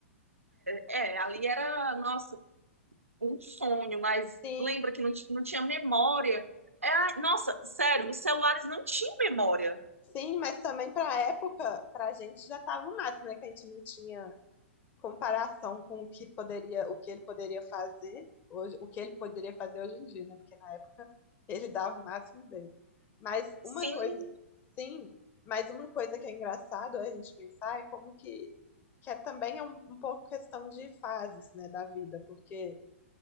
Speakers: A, on the right; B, on the left.
A: É, é, ali era, nossa, um sonho, mas
B: Sim,
A: lembra que não, ti- não tinha memória. É, ai, nossa, sério, os celulares não tinham memória.
B: sim, mas também pra época, pra gente já tava o máximo, né? Que a gente não tinha comparação com o que poderia, o que ele poderia fazer hoje, o que ele poderia fazer hoje em dia, né? Porque na época ele dava o máximo dele. Mas uma
A: Sim,
B: coisa, sim, mas uma coisa que é engraçado a gente pensar é como que que é também é um, um pouco questão de fases, né, da vida, porque